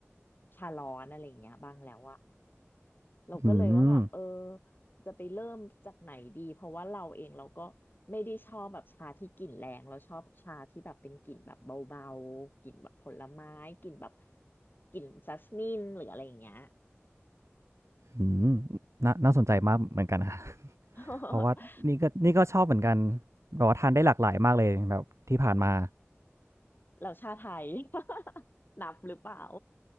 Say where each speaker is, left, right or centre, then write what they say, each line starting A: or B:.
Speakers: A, on the left; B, on the right.
A: ชาร้อนอะไรอย่างเงี้ยบ้างแล้วอะ เราก็เลยว่าแบบเออ
B: อืม
A: จะไปเริ่มจากไหนดีเพราะว่าเราเองเราก็ไม่ได้ชอบแบบชาที่กลิ่นแรงเราชอบชาที่แบบเป็นกลิ่นแบบเบาๆกลิ่นแบบผลไม้กลิ่นแบบกลิ่นจัสมินหรืออะไรอย่างเงี้ย
B: อืมน่าน่าสนใจมากเหมือนกันคะ <laughs>
A: <laughs>
B: เพราะว่านี่ก็นี่ก็ชอบเหมือนกันแบบว่าทานได้หลากหลายมากเลยแบบที่ผ่านมา
A: เราชาไทย <laughs> นับหรือเปล่า